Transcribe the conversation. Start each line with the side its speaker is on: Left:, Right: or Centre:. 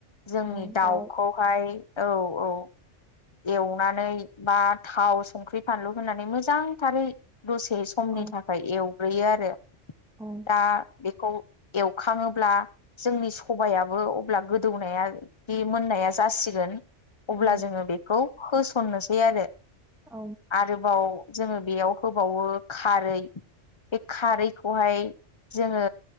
Left: जोंनि
Centre: औ
Left: दाउखौहाय,
Centre: दाउ
Left: औ औ एवनानै बा थाव संख्रि फानलु होनानै मोजांथारै दसे समनि
Centre: औ
Left: थाखाय एवग्रोयो आरो।
Centre: औ
Left: दा बेखौ एवखाङोब्ला जोंनि सबायाबो अब्ला गोदौनाया बे मोननाया जासिगोन अब्ला
Centre: औ
Left: जोङो बेखौ होस'ननोसै आरो
Centre: औ
Left: आरोबाव जोङो बेयाव होबावो खारै। बे खारैखौहाय जोङो